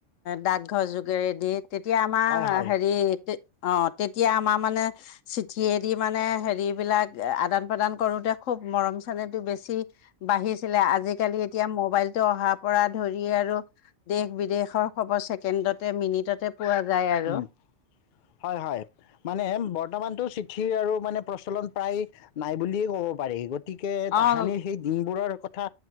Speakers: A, on the left (about 80°); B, on the left (about 55°).
A: ডাকঘৰ যোগেৰেদি তেতিয়া আমাৰ
B: হয়
A: হ-হেৰি
B: হয়
A: অ তেতিয়া আমাৰ মানে চিঠিয়েদি মানে হেৰি বিলাক আদান প্ৰদান কৰোতে খুব মৰম চেনেহতো বেছি বাঢ়িছিলে, আজিকালি এতিয়া মোবাইলতটো অহা পৰা ধৰি আৰু দেশ বিদেশৰ খবৰ চেকেণ্ডত মিনিটতে পোৱা যায় আৰু
B: উম, হয় হয় মানে বৰ্তমানতো চিঠি আৰু মানে প্ৰচলন প্ৰায় নাই বুলিয়ে ক'ব পাৰি গতিকে
A: অঁ
B: তাহানিৰ সেই দিনবোৰৰ কথা